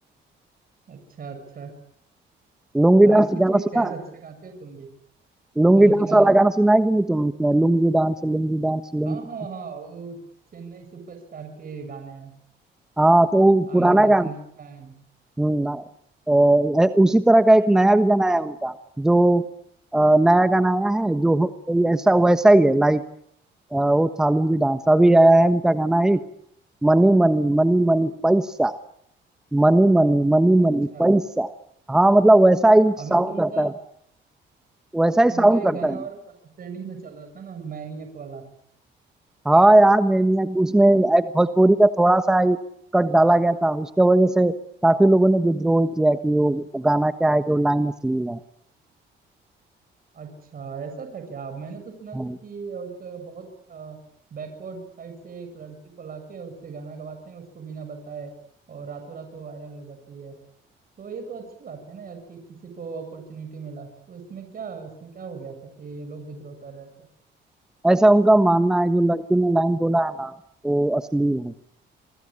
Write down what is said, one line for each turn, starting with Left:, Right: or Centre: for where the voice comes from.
Right: अच्छा अच्छा
Centre: लुंगी
Right: हालांकि
Centre: डांस गाना
Right: ठीक
Centre: सुना
Right: है यार अच्छा गाते हो तुम भी
Centre: लुंगी
Right: कौन
Centre: डांस
Right: से गाने
Centre: वाला गाना सुना है कि नहीं तुमने लुंगी डांस लुंगी डांस लुंगी
Right: हाँ हाँ हाँ वो चेन्नई सुपरस्टार के गाने हैं
Centre: हाँ तो वो पुराना
Right: आई एम रजनी
Centre: गाना
Right: फैन
Centre: हम्म, ना- अ, ए- उसी तरह का एक नया भी गाना आया उनका जो अ, नया गाना आया है जो हो- ऐसा वैसा ही है लाइक वो थालूं की डांस अभी आया है उनका गाना ही मनी मनी मनी मनी पैसा मनी मनी मनी
Right: अच्छा
Centre: मनी पैसा हाँ मतलब वैसा ही
Right: अभी
Centre: साउंड
Right: तो उनका
Centre: करता है वैसा ही साउंड
Right: उनका एक
Centre: करता
Right: गाना
Centre: है
Right: और ट्रेंडिंग में चल रहा था ना मैनियक वाला
Centre: हाँ यार मैंने उसमें एक भोजपुरी का थोड़ा सा ही कट डाला गया था उसके वजह से काफी लोगों ने विद्रोह किया कि वो गाना क्या है कि वो लाइन अश्लील है
Right: अच्छा ऐसा था क्या मैंने तो सुना
Centre: हाँ।
Right: था कि एक बहुत बैकवर्ड साइड से एक लड़की को लाके और उससे गाना गवाते हैं उसको बिना बताए और रातों रातों वायरल हो जाती है तो ये तो अच्छी बात है ना यार कि किसी को अपॉर्चुनिटी मिला तो इसमें क्या इसमें क्या हो गया था कि ये लोग विद्रोह कर रहे थे
Centre: ऐसा उनका मानना है जो लड़की ने लाइन बोला है ना वो असली है